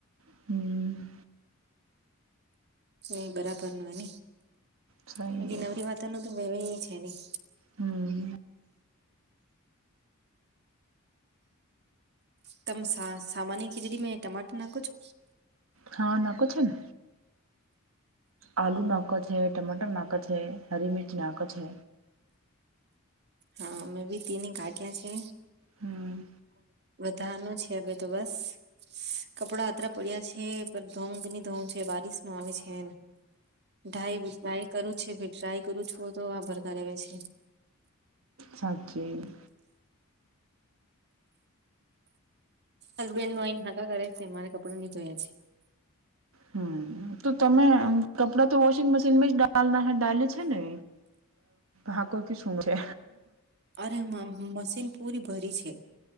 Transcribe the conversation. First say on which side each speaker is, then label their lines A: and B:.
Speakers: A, on the right; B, on the right.
A: <inaudible>
B: નય બરાબર ન એ ન
A: સહી
B: બાકી
A: હે
B: નવરી વાતા ન તો મે છે નઈ
A: હમ્મ
B: તમ સા સામાન્ય ખીચડી મે ટમાટર નાખો છો
A: હા નાકછને આલુ નાખો છે ટમાટર નાખો છે હરી મિરચ નાખો છે
B: હા મેં બી તેની કાઢ્યા છે
A: હમ
B: ધાનું છે હવે તો બસ કપડાં અતરા પડ્યા છે પણ ધોં કે ન ધોં છે બારીિશ નો આવે છે ધાય ધાય કરું છે ડ્રાય કરું છું તો વા ભરગેવે છે.
A: સાચી
B: હસબેન્ડ નો અહીં હાકા કરે છે મારે કપડો નહી ધોયા છે.
A: હમ તો તમે કપડાં તો વોશિંગ મશીનમાં જના ડાલે છે ને. હાકોર ક શું છે
B: અરે મશીન પૂરી ભરી છે